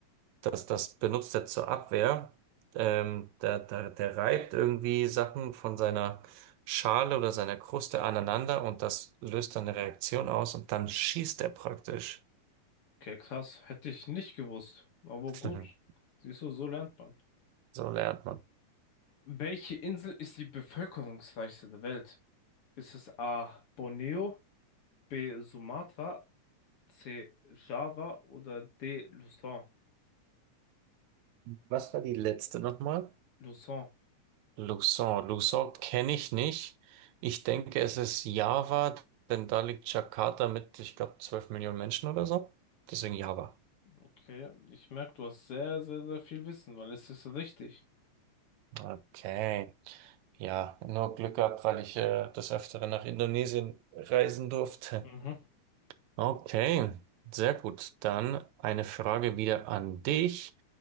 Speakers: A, on the right (about 75°); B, on the left (about 50°).
A: das, das benutzt er zur Abwehr. Ähm, der, der, der reibt irgendwie Sachen von seiner Schale oder seiner Kruste aneinander und das löst dann eine Reaktion aus und dann schießt er praktisch.
B: Okay, krass. Hätte ich nicht gewusst. Aber
A: <laughs>
B: gut. Siehst du, so lernt man.
A: So lernt man.
B: Welche Insel ist die bevölkerungsreichste der Welt? Ist es A. Borneo, B. Sumatra, C. Java oder D. Luzon?
A: Was war die letzte nochmal?
B: Luzon.
A: Luxon. Luxon kenne ich nicht. Ich denke, es ist Java, denn da liegt Jakarta mit, ich glaube, 12 Millionen Menschen oder so. Deswegen Java.
B: Okay, ich merke, du hast sehr, sehr, sehr viel Wissen, weil es ist richtig.
A: Okay. Ja, nur Glück gehabt, weil ich äh, des Öfteren nach Indonesien reisen durfte.
B: Mhm.
A: Okay, sehr gut. Dann eine Frage wieder an dich.